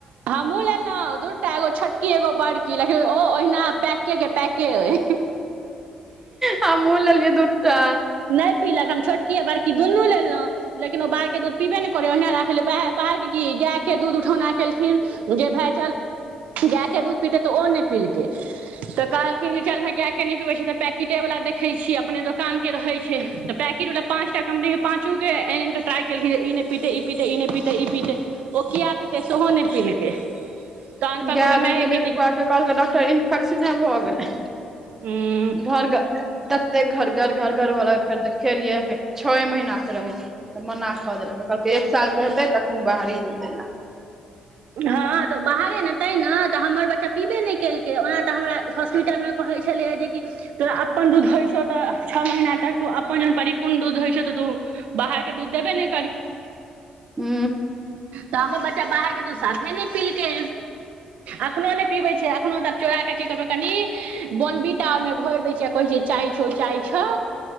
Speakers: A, on the right (about 80°); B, on the right (about 15°).
A: हमहूँ लेलहुँ दूटा एगो छोटकी एगो बड़की लेकिन ओ ओहिना पैक पैकै के पैके अए।
B: हमहूं लेलियए दूटा।
A: नै पीलक हम छोटकी आ बड़की दुनू लेलहुँ। लेकिन ओ बाहरके दूध पीबे नहि करै ओहिना राखै बाहरके की गायके दूध उठौना केलखिन। जे भए चल गाायके दूध पीतै तऽ ओ नहि पिलकै। तऽ कहलखिन जे चल भाय गाय के नहि पिबै छै तऽ पैकेटे वाला देखैत छीयै अपने दोकान के रहै छै तऽ पैकैट वला पाँचटा कम्पनी के पाँचू के आइन के ट्राई केलखिन ई पीते ई पीते ई नै पीते ई पीते ओ किया पीते सेहो नहि पीलकै। तहन कहलकै
B: गाय
A: ओकरा
B: दूध
A: मायके
B: देलयै तऽ
A: नीक
B: बौआ के कहलकै डॉक्टर इन्फेक्शने भऽ गेलै
A: उम्म
B: घर- एते घर- घर -घर -घर वला फेर देखेलियै छओ महीना से रहे। तऽ मना कऽ देलकै कहलकै एक सालके हेतै तखन बाहरी दुध दैलै।
A: हँ तऽ बाहरे नेे तैं ने तऽ हमर बच्चा पीबे नहि केलकै। के ओना तऽ हमरा हॉस्पिटलमे कहै छलैय जेकि तोरा अपन दूध होइ छौ तऽ छओ महीना तक त अपन जन परिपूर्ण दूध होइ छै त तू बाहर के दूध देबे ने
B: हू।
A: तऽ हमर बच्चा बाहरके तू साफे नै पीलके। एखनहु नहि पीबै छै एखनहु तब चोराऽ की करबै कनि बोनबिटा ओहिमे घोरि दै छिये कहै छियै चाय छौ चाय छौ।